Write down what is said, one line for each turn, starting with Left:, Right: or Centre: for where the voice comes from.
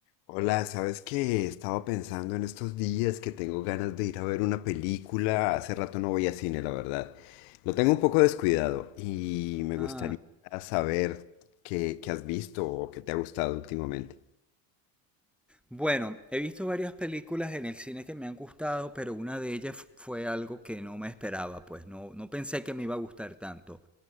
Left: Hola, ¿sabes qué? Estaba pensando en estos días que tengo ganas de ir a ver una película. Hace rato no voy a cine, la verdad. Lo tengo un poco descuidado y me
Centre: Ah,
Left: gustaría saber qué, qué has visto o qué te ha gustado últimamente.
Centre: bueno, he visto varias películas en el cine que me han gustado, pero una de ellas fue algo que no me esperaba, pues no, no pensé que me iba a gustar tanto.